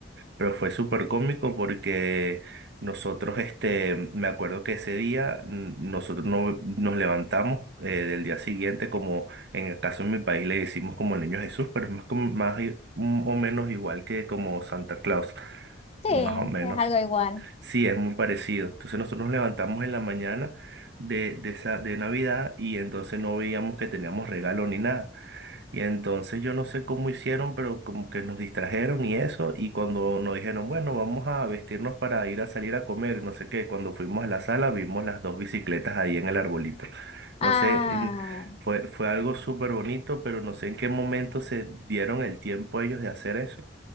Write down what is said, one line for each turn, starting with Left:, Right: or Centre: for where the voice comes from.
Right: Pero fue súper cómico porque nosotros, este, me acuerdo que ese día mm, nosotros no, nos levantamos eh, del día siguiente, como en el caso de mi país le decimos como el Niño Jesús, pero es más, como- más i- mm, o menos igual que como Santa Claus,
Left: Sí,
Right: más o menos.
Left: es algo igual.
Right: Sí, es muy parecido. Entonces nosotros nos levantamos en la mañana de, de, esa, de Navidad y entonces no veíamos que teníamos regalo ni nada. Y entonces yo no sé cómo hicieron, pero como que nos distrajeron y eso, y cuando nos dijeron, bueno, vamos a vestirnos para ir a salir a comer, no sé qué, cuando fuimos a la sala vimos las dos bicicletas ahí en el arbolito.
Left: Ah.
Right: No sé, en- fue, fue algo súper bonito, pero no sé en qué momento se dieron el tiempo ellos de hacer eso,